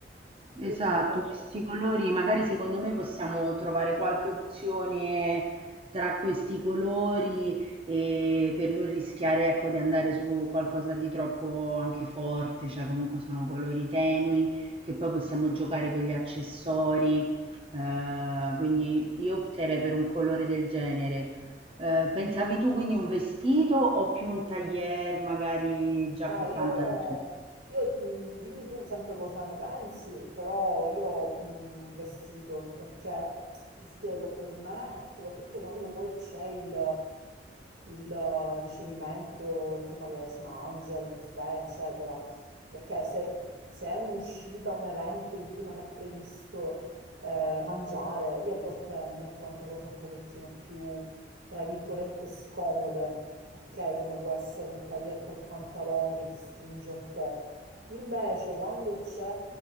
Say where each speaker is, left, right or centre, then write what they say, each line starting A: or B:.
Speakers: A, on the right (about 30°); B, on the right (about 80°).
A: Esatto,
B: Io mi...
A: questi colori, magari secondo me possiamo trovare qualche opzione tra questi colori e per non rischiare, ecco, di andare su qualcosa di troppo anche forte, cioè comunque sono colori tenui che poi possiamo giocare con gli accessori, eh, quindi io opterei per un colore del genere. Eh, pensavi tu quindi un vestito o più un tailleur, magari giacca
B: No,
A: e
B: io,
A: pantaloni,
B: io, mh, dimmi tu sempre cosa ne pensi, però io mh, vestito perché ti spiego per me, soprattutto quando poi c'è il, il ricevimento, insomma, che si mangia, il buffet, eccetera, perché se, se è un'uscita, un evento in cui non è previsto eh, mangiare, io a volte mi metto anche cose un pochettino più tra virgolette scomode, ok? Come può essere un taglier col pantalone che ti stringe un po'. Invece quando c'è